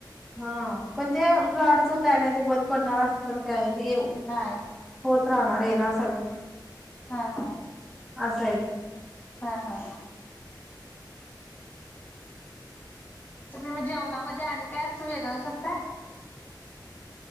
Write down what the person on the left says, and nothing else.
नाही
हा हा
हा हा तुम्ही मग जेवणामध्ये आणि काय असं वेगळं करताय?